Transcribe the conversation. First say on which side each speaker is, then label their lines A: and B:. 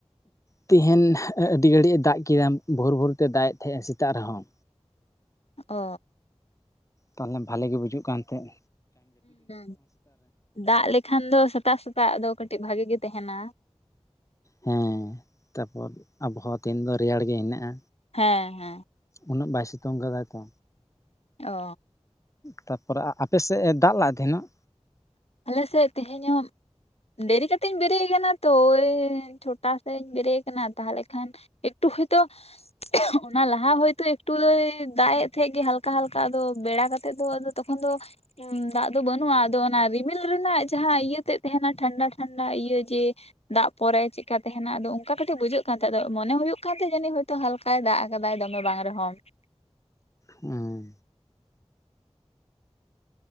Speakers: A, on the left; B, on the left.
A: ᱛᱮᱦᱮᱧ ᱟᱹᱰᱤ ᱜᱷᱟᱹᱲᱤᱡ ᱮ ᱫᱟᱜ ᱠᱮᱫᱟ ᱵᱷᱳᱨ ᱵᱷᱳᱨ ᱛᱮ ᱫᱟᱜ ᱮᱫ ᱛᱟᱸᱦᱮᱜ ᱮ ᱥᱮᱛᱟᱜ ᱨᱮᱦᱚᱸ
B: ᱚ
A: ᱛᱟᱦᱚᱞᱮ ᱵᱷᱟᱞᱮᱜᱮ ᱵᱩᱡᱩᱜ ᱠᱟᱱ ᱛᱟᱦᱮᱸ
B: <inaudible> ᱫᱟᱜ ᱞᱮᱠᱷᱟᱱ ᱫᱚ ᱥᱮᱛᱟᱜ ᱥᱮᱛᱟᱜ ᱟᱫᱚ ᱠᱟᱹᱴᱤᱡ ᱵᱷᱟᱜᱮ ᱜᱮ ᱛᱟᱦᱮᱱᱟ
A: ᱦᱮᱸ ᱛᱟᱯᱚᱨ ᱟᱵᱚᱦᱟᱣᱟ ᱛᱮᱱ ᱫᱚ ᱨᱮᱭᱟᱲ ᱜᱮ ᱦᱮᱱᱟᱜᱼᱟ
B: ᱦᱮᱸ ᱦᱮᱸ
A: ᱩᱱᱟᱹᱜ ᱵᱟᱭ ᱥᱤᱛᱳᱝ ᱠᱟᱫᱟᱭ ᱛᱚ
B: ᱚ
A: ᱛᱟᱨᱯᱚᱨᱮ ᱟᱯᱮ ᱥᱮᱫ ᱮ ᱫᱟᱜ ᱞᱟ ᱛᱮᱦᱮᱱᱚᱜ
B: ᱟᱞᱮ ᱥᱮᱫ ᱛᱮᱦᱮᱧ ᱦᱚᱸ ᱫᱮᱨᱤ ᱠᱟᱛᱮ ᱤᱧ ᱵᱮᱨᱮᱜ ᱠᱟᱱᱟ ᱛᱚ ᱳᱭ ᱪᱷᱚᱴᱟ ᱥᱮᱫ ᱤᱧ ᱵᱮᱨᱮᱜ ᱠᱟᱱᱟ ᱛᱟᱦᱟᱞᱮ ᱠᱷᱟᱱ ᱮᱠᱴᱩ ᱦᱳᱭᱛᱳ <unintelligible> ᱚᱱᱟ ᱞᱟᱦᱟ ᱦᱚᱭᱛᱳ ᱮᱠᱴᱩᱭ ᱫᱟᱜ ᱮᱫ ᱛᱟᱦᱮᱸᱜ ᱜᱮ ᱦᱟᱞᱠᱟ ᱦᱟᱞᱠᱟ ᱟᱫᱚ ᱵᱮᱲᱟ ᱠᱟᱛᱮ ᱫᱚ ᱛᱚᱠᱷᱚᱱ ᱫᱚ ᱫᱟᱜ ᱫᱚ ᱵᱟᱹᱱᱩᱜᱼᱟ ᱟᱫᱚ ᱚᱱᱟ ᱨᱤ ᱨᱤᱢᱤᱞ ᱨᱮᱱᱟᱜ ᱡᱟᱦᱟᱸ ᱤᱭᱟᱹ ᱛᱮᱫ ᱛᱟᱦᱮᱱᱟ ᱴᱷᱟᱱᱰᱟ ᱴᱷᱟᱱᱰᱟ ᱤᱭᱟᱹ ᱡᱮ ᱫᱟᱜ ᱯᱚᱨᱮ ᱪᱮᱫᱠᱟ ᱛᱟᱦᱮᱱᱟ ᱟᱫᱚ ᱚᱱᱠᱟ ᱠᱟᱹᱴᱤᱡ ᱵᱩᱡᱷᱟᱹᱜ ᱠᱟᱱ ᱛᱟᱦᱮᱸᱜ ᱟ ᱟᱫᱚ ᱢᱚᱱᱮ ᱦᱳᱭᱳᱜ ᱠᱟᱱ ᱛᱟᱦᱮᱸ ᱦᱚᱭᱛᱳ ᱦᱟᱞᱠᱟᱭ ᱫᱟᱜ ᱟᱠᱟᱫᱟᱭ ᱫᱚᱢᱮ ᱵᱟᱝ ᱨᱮᱦᱚᱸ <inaudible>
A: ᱦᱩᱸ